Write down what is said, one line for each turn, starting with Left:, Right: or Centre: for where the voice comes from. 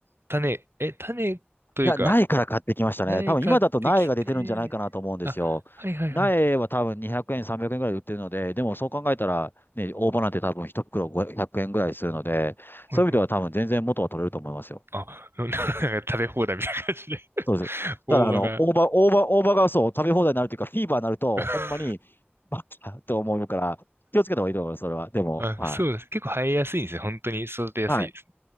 Right: 種、え、種というか、
Left: いや、苗から買ってきましたね。
Right: 苗買ってきて、
Left: 多分今だと苗が出てるんじゃないかなと思うんですよ。
Right: あ、はいはいはいはい。
Left: 苗は多分200円、300円ぐらいで売ってるので、でもそう考えたら、ね、大葉なんて多分一袋500円ぐらいするので、そういう意味では多分全然元は取れると思いますよ。
Right: うんうんあ、<laughs> ななんか食べ放題みたいな感じで、
Left: そうです。
Right: 大葉が。
Left: だから、あの、大葉、大葉、大葉がそう、食べ放題になるというか、フィーバーになると、
Right: <laughs>
Left: ほんまに、バカと思うから、気をつけた方がいいと思います、それは。でも、
Right: あ、
Left: はい。
Right: そうです。結構生えやすいんですね。本当に育てやすいですね。
Left: はい。